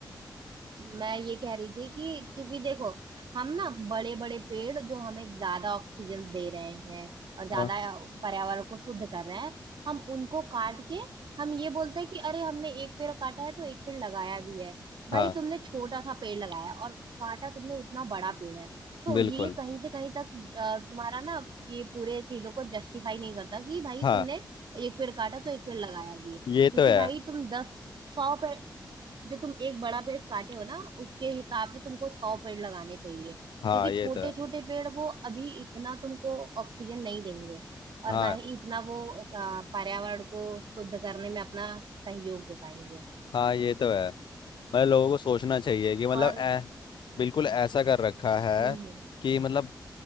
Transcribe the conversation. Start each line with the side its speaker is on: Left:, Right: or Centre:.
Right: मैं ये कह रही थी कि क्योंकि देखो हम ना बड़े बड़े पेड़ जो हमें ज्यादा ऑक्सीजन दे रहे हैं और ज्यादा
Left: हाँ
Right: पर्यावरण को शुद्ध कर रहे हैं हम उनको काट के हम ये बोलते हैं कि अरे हमने एक पेड़ काटा है तो एक पेड़ लगाया भी है भाई
Left: हाँ
Right: तुमने छोटा सा पेड़ लगाया और काटा तुमने इतना बड़ा पेड़ है तो
Left: बिल्कुल
Right: ये कहीं से कहीं तक अ, तुम्हारा ना ये पूरे चीजों को जस्टिफाई नहीं करता कि भाई
Left: हाँ
Right: तुमने एक पेड़ काटा तो एक पेड़ लगाया भी है क्योंकि
Left: ये तो है
Right: भाई तुम दस सौ पेड़ जो तुम एक बड़ा पेड़ काटे हो ना उसके हिसाब से तुमको सौ पेड़ लगाने चाहिए
Left: हाँ
Right: क्योंकि
Left: ये
Right: छोटे
Left: तो है
Right: छोटे पेड़ वो अभी इतना तुमको ऑक्सीजन नहीं देंगे
Left: हाँ
Right: और ना ही इतना वो आ, पर्यावरण को शुद्ध करने में अपना सहयोग दे पाएंगे
Left: हाँ ये तो है मतलब लोगों को सोचना चाहिए कि मतलब
Right: और
Left: ऐ बिल्कुल ऐसा कर रखा है
Right: हम्म हम्म
Left: कि मतलब